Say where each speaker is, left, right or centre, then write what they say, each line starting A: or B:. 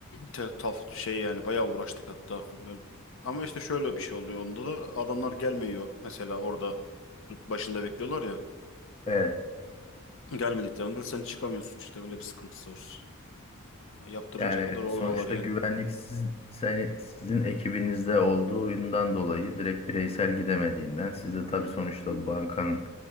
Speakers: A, on the left; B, on the left.
A: te- taf şey yani bayağı uğraştık hatta. Ya- Ama işte şöyle bir şey oluyor onda da adamlar gelmiyor. Mesela orada başında bekliyorlar ya.
B: evet.
A: Gelmediklerinde sen çıkamıyorsun işte öyle bir sıkıntısı var. Ya yaptırınca
B: Yani
A: kadar oradalar
B: sonuçta
A: yani.
B: güvenlik sizin, seni- sizin ekibinizde olduğundan dolayı direkt bireysel gidemediğinden siz de tabii
A: Hmm.
B: sonuçta bankanın